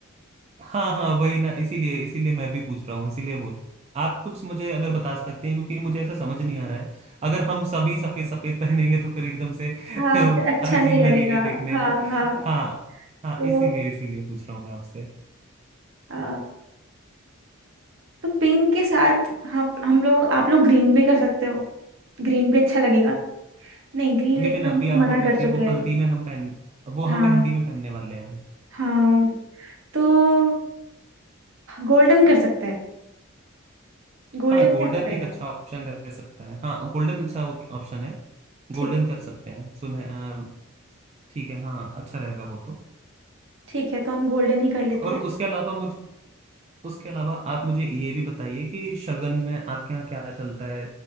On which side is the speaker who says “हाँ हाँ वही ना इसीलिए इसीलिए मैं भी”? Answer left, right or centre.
Right